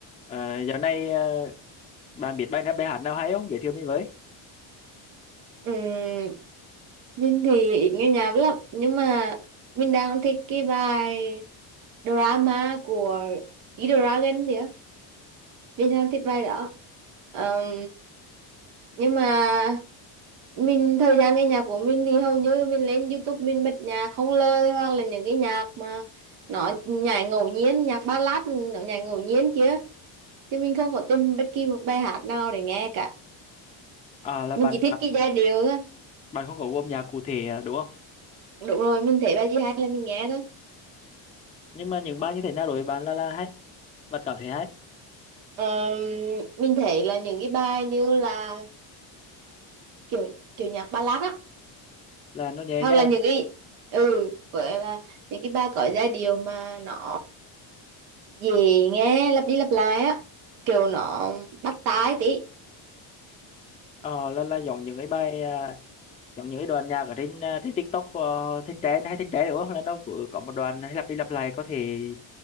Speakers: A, on the left (about 15°); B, on the right (about 85°).
A: Ờ, dạo này ờ, bạn biết bài nào bài hát nào hay không? Giới thiệu mình với.
B: Ừ, mình thì ít nghe nhạc lắm nhưng mà mình đang thích cái bài drama của E-Dragon thì á mình đang thích bài đó Ờm, nhưng mà mình thời gian nghe nhạc của mình thì hầu như mình lên YouTube mình bật nhạc không lời hoặc là những cái nhạc mà nó nhảy ngẫu nhiên nhạc ballad nó nhảy ngẫu nhiên kia chứ mình không có tìm bất kỳ một bài hát nào để nghe cả
A: À là
B: mình
A: bạn
B: chỉ thích
A: bạn
B: cái giai điệu thôi
A: bạn không có gu âm nhạc cụ thể à, đúng không?
B: đúng rồi mình thấy bài gì hay là mình nghe thôi
A: Nhưng mà những bài như thế nào đối với bạn là là hay, bạn cảm thấy hay
B: Ờ, mình thấy là những cái bài như là kiểu kiểu nhạc ballad á
A: là nó nhẹ
B: hoặc
A: nhàng.
B: là những cái ừ vậy là những cái bài có giai điệu mà nó dễ nghe lặp đi lặp lại á kiểu nó bắt tai tí
A: Ờ là là giống những cái bài à, giống những cái đoạn nhạc ở trên à, trên TikTok uh, thanh trend hay thanh trend đúng không? Là nó cứ có một đoạn hay lặp đi lặp lại có thể